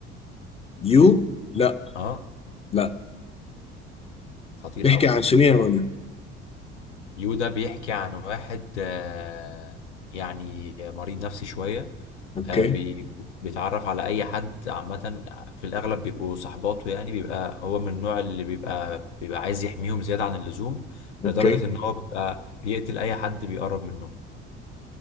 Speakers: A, on the left; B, on the left.
A: يو لا
B: اه
A: لا
B: خطير
A: بيحكي
B: قوي
A: عن شنو يا مان
B: يو ده بيحكي عن واحد آه يعني مريض نفسي شوية
A: اوكي
B: آه بي بيتعرف على اي حد عامة في الاغلب بيبقوا صحباته يعني بيبقى هو من النوع اللي بيبقى بيبقى عايز يحميهم زيادة عن اللزوم
A: اوكي
B: لدرجة ان هو بيبقى بيقتل اي حد بيقرب منه